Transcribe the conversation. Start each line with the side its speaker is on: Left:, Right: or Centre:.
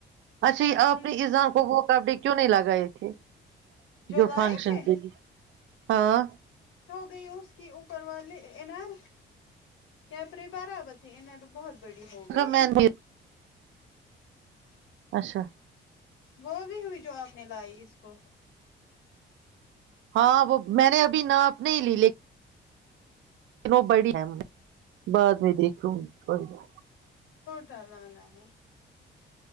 Right: اچھا یہ آپ
Left: ہوں
Right: نے اذان کو وہ کپڑے کیوں نہیں لگائے تھے جو
Left: لائے
Right: فنکشن
Left: تھے
Right: کے لیے ہاں
Left: گ اس کی اوپر والے انینار کیپری برابر ت ا تو بہت بڑی ہو گئی
Right: میں نے اچھا
Left: وہ بھی ہوئی جو آپ نے لائی اس کو
Right: ہاں وہ میں نے ابھی نہ اپنے ہی لی لیکن لیکن وہ بڑی بعد میں دیکھ گی بڑی ب
Left: چ لان ہے